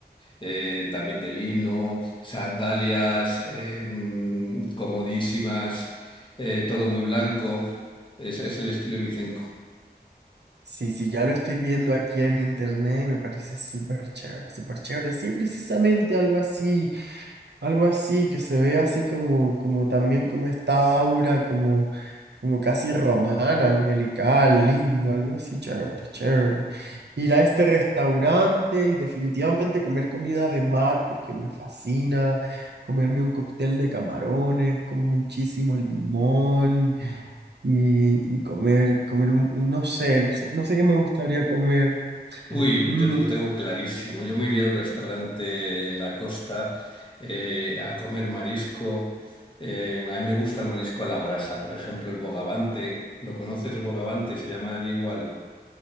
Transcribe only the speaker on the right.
Sí, sí, ya lo estoy viendo aquí en internet y me parece súper chévere, súper chévere. Sí, precisamente algo así. Algo así, que se ve así como, como también como esta aura, como, como casi romana, angelical, lindo, algo así, chévere, chévere. Ir a este restaurante y definitivamente comer comida de mar porque me fascina, comerme un cóctel de camarones con muchísimo limón y, y comer, comer un, un- no sé, no sé, no sé qué me gustaría comer.
Mm,